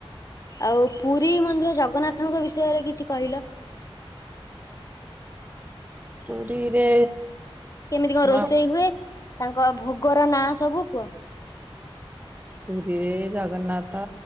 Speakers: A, on the left (about 35°); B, on the right (about 15°).
A: ଆଉ ପୁରୀ ମନ୍ଦିର ଜଗନ୍ନାଥଙ୍କ ବିଷୟରେ କିଛି କହିଲ।
B: ପୁରୀରେ
A: କେମିତି କଣ
B: ମା
A: ରୋଷେଇ ହୁଏ ତାଙ୍କ ଭୋଗର ନାଁ ସବୁ କୁହ?
B: ପୁରୀରେ ଜଗନ୍ନାଥ